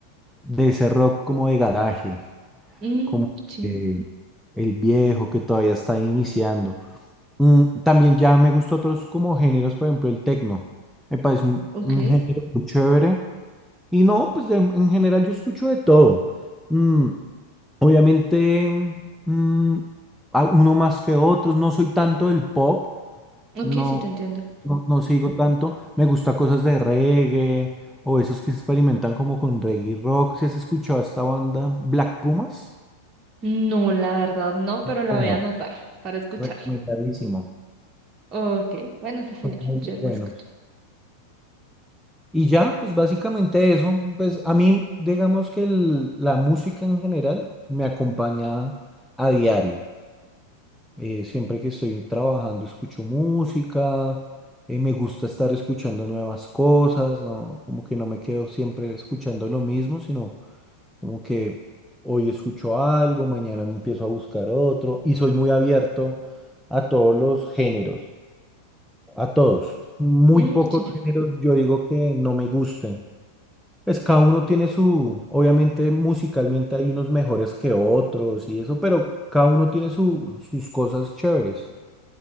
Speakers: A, in the centre; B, on the right (about 25°).
A: de ese rock como de garaje,
B: Mm,
A: como
B: sí,
A: eh, el viejo que todavía está iniciando. Mm, también ya me gusta otros como géneros, por ejemplo, el techno. Me parece un,
B: ok.
A: un género muy chévere. Y no, pues de- en general yo escucho de todo. Mm, obviamente, mm, a- uno más que otros. No soy tanto del pop.
B: Ok,
A: No,
B: sí te entiendo.
A: no, no sigo tanto. Me gusta cosas de reggae o esos que experimentan como con reggae rock. ¿Si has escuchado a esta banda Black Pumas?
B: No, la verdad no, pero la
A: Bueno,
B: voy a anotar para escucharla.
A: recomendadísimo.
B: Ok, bueno, sí, señor,
A: Son muy
B: yo la
A: buenos.
B: escucho.
A: Y ya, pues básicamente eso. Pues a mí, digamos que el- la música en general me acompaña a diario. Eh, siempre que estoy trabajando escucho música, eh, me gusta estar escuchando nuevas cosas, ¿no? Como que no me quedo siempre escuchando lo mismo, sino Como que hoy escucho algo, mañana me empiezo a buscar otro y soy muy abierto a todos los géneros, a todos. Muy
B: Mm,
A: pocos
B: sí.
A: géneros yo digo que no me gusten. Pues cada uno tiene su, obviamente musicalmente hay unos mejores que otros y eso, pero cada uno tiene su- sus cosas chéveres